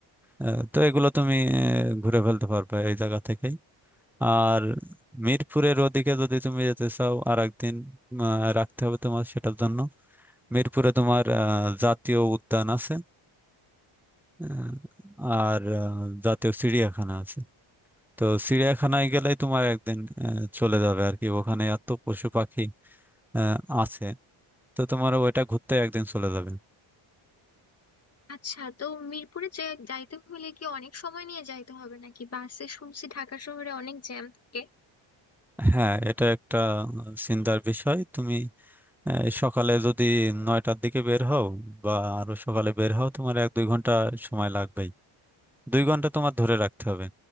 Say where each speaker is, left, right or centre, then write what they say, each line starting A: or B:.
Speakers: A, in the centre; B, on the left (about 30°).
A: আহ, তো এগুলো তুমি আহ, ঘুরে ফেলতে পারবে এই জায়গা থেকেই আর মিরপুরের ওদিকে যদি তুমি যেতে চাও আর একদিন আহ, রাখতে হবে তোমার সেটার জন্য মিরপুরে তোমার আহ, জাতীয় উদ্যান আছে আহ, আর আহ, জাতীয় চিড়িয়াখানা আছে তো চিড়িয়াখানায় গেলেই তোমার একদিন আহ, চলে যাবে আর কি ওখানে এত পশু পাখি আহ, আছে তো তোমার ওইটা ঘুরতে একদিন চলে যাবে
B: আচ্ছা তো মিরপুরে যে যাইতে হলে কি অনেক সময় নিয়ে যাইতে হবে নাকি বাসে শুনছি ঢাকা শহরে অনেক জ্যাম থাকে
A: হ্যাঁ এটা একটা চিন্তার বিষয় তুমি আহ, সকালে যদি নয়টার দিকে বের হও বা আরো সকালে বের হও তোমার এক দুই ঘন্টা সময় লাগবে দুই ঘন্টা তোমার ধরে রাখতে হবে